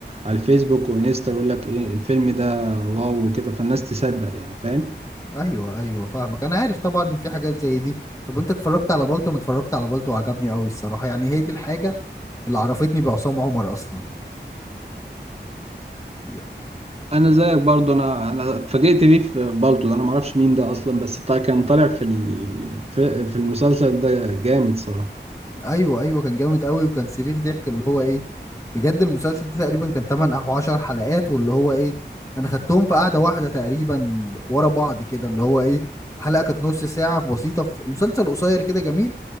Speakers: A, on the right (about 35°); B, on the left (about 15°).
A: على الفيسبوك وانستا يقول لك ايه الفيلم ده واو وكده فالناس تصدق يعني فاهم
B: ايوه ايوه فاهمك انا عارف طبعا ان في حاجات زي دي طب انت اتفرجت على بالطو انا اتفرجت على بالطو وعجبني قوي الصراحه يعني هي دي الحاجه اللي عرفتني بعصام عمر اصلا ي-
A: انا زيك برضو انا انا اتفاجئت بيه في بالطو ده انا معرفش مين ده اصلا بس طا- كان طالع في ال... في في المسلسل ده جامد صراحة
B: ايوه ايوه كان جامد قوي وكان صريخ ضحك اللي هو ايه بجد المسلسل ده تقريبا كان 8 او 10 حلقات واللي هو ايه انا خدتهم في قعده واحده تقريبا ب- ورا بعض كده اللي هو ايه الحلقه كانت نص ساعه بسيطه في مسلسل قصير كده جميل